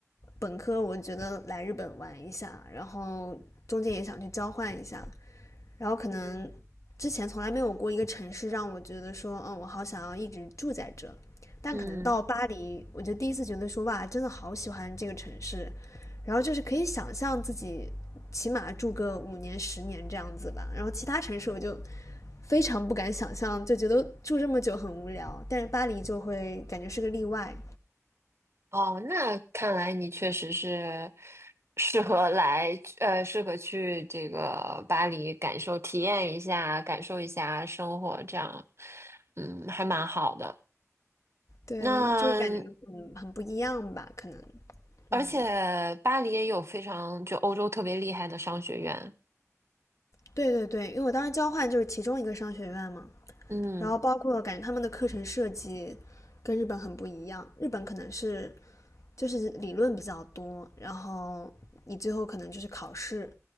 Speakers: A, on the left; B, on the right.
A: 本科我觉得来日本玩一下，然后中间也想去交换一下，然后可能之前从来没有过一个城市让我觉得说，
B: 嗯
A: 嗯，我好想要一直住在这。但可能到巴黎，
B: 嗯，
A: 我就第一次觉得说，哇，真的好喜欢这个城市。然后就是可以想象自己起码住个五年、十年这样子吧。然后其他城市我就非常不敢想象，就觉得住这么久很无聊。但是巴黎就会感觉是个例外，
B: 哦，那看来你确实是适合来，呃，适合去这个巴黎感受、体验一下，感受一下生活，这样，嗯，还蛮好的。
A: 对，
B: 那
A: 就是感觉很很不一样吧，可能。
B: 而且巴黎也有非常就欧洲特别厉害的商学院，
A: 嗯，对对对，因为我当时交换就是其中一个商学院嘛，
B: 嗯
A: 然后包括感觉他们的课程设计跟日本很不一样，日本可能是就是理论比较多，然后你最后可能就是考试。